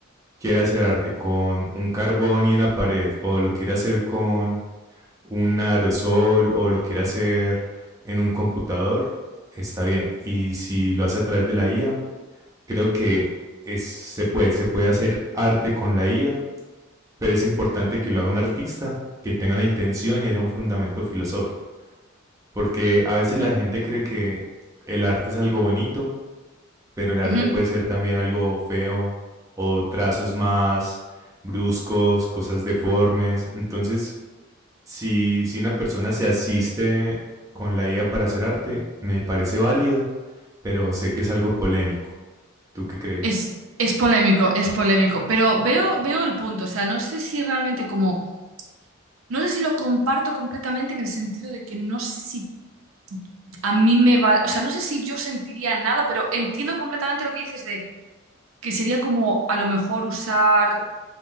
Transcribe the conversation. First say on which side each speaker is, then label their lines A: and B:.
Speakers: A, on the right; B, on the right.
A: quiere hacer arte con un carbón y una pared, o lo quiere hacer con un aerosol, o lo quiere hacer en un computador, está bien. Y si lo hace a través de la IA, Creo que es, se, puede, se puede hacer arte con la IA, pero es importante que lo haga un artista, que tenga una intención y haya un fundamento filosófico. Porque a veces la gente cree que el arte es algo bonito, pero el arte
B: ujú.
A: puede ser también algo feo o trazos más bruscos, cosas deformes. Entonces, si, si una persona se asiste con la IA para hacer arte, me parece válido, pero sé que es algo polémico. ¿Tú qué crees?
B: Es, es polémico, es polémico, pero veo, veo el punto. O sea, no sé si realmente como... No sé si lo comparto completamente en el sentido de que no sé si a mí me va, o sea, no sé si yo sentiría nada, pero entiendo completamente lo que dices de que sería como a lo mejor usar